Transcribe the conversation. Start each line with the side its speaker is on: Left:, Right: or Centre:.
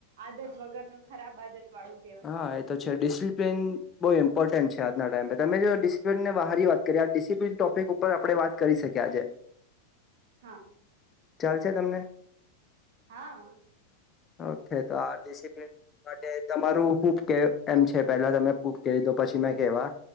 Right: આદત વગરનું ખરાબ આદત વાળું કહેવાય.
Left: હા એ તો છે ડિસિપ્લન બહુ ઇમ્પોર્ટન્ટ છે આજના ટાઈ પે. તમે જો ડિસિપ્લનને બહરી વાત કરી આ ડિસ ડિસિપ્લિન ટોપિક ઉપર આપડે વાત કરી શક કે આજે
Right: હા,
Left: ચાલશે તમને
Right: હા આ.
Left: ઓકે તો આ ડિસિપ્લન માટે તમારું હૂબ કે એમ છે પેલા તમે પૂક કહી દો પછી મેં કેવા